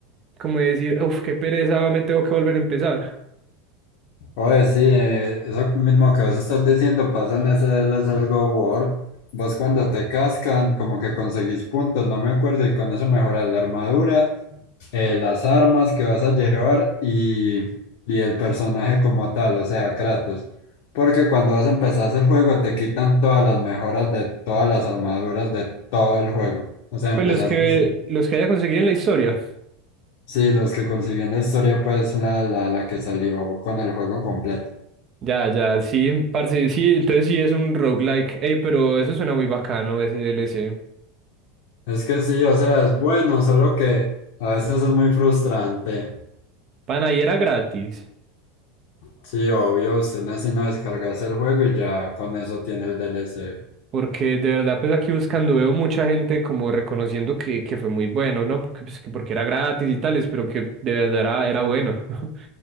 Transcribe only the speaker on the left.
Oye, sí, eh, eso mismo que vos estás diciendo pasa en SL, es algo war. Vos cuando te cascan, como que conseguís puntos, no me acuerdo, y con eso mejoras la armadura, eh, las armas que vas a llevar y, y el personaje como tal, o sea, Kratos. Porque cuando vas a empezar el juego te quitan todas las mejoras de todas las armaduras de todo el juego. O sea, empezás
de cero.
Sí, los que consiguen la historia, pues la, la, la que salió con el juego completo.
Es que sí, o sea, es bueno, solo que a veces es muy frustrante.
Sí, obvio, usted no es sino descargarse el juego y ya con eso tiene el DLC.